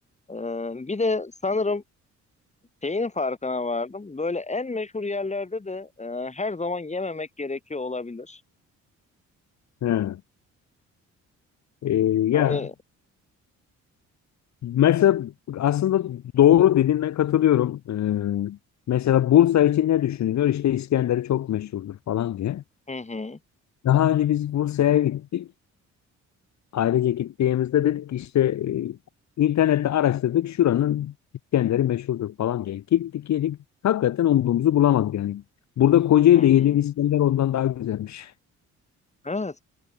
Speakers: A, on the left (about 25°); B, on the left (about 65°).
A: E, bir de sanırım Şeyin farkına vardım. Böyle en meşhur yerlerde de e, her zaman yememek gerekiyor olabilir.
B: Ha. Ee,
A: Hani
B: ya mesela aslında doğru dediğine katılıyorum. Ee, mesela Bursa için ne düşünülüyor? İşte İskender'i çok meşhurdur falan diye.
A: hı hı,
B: Daha önce biz Bursa'ya gittik. Ailece gittiğimizde dedik ki işte e, internette araştırdık şuranın İskender'i meşhurdur falan diye. Gittik yedik. Hakikaten umduğumuzu bulamadık yani. Burada Kocaeli'de
A: hı hı.
B: yediğim İskender ondan daha güzelmiş.
A: Evet.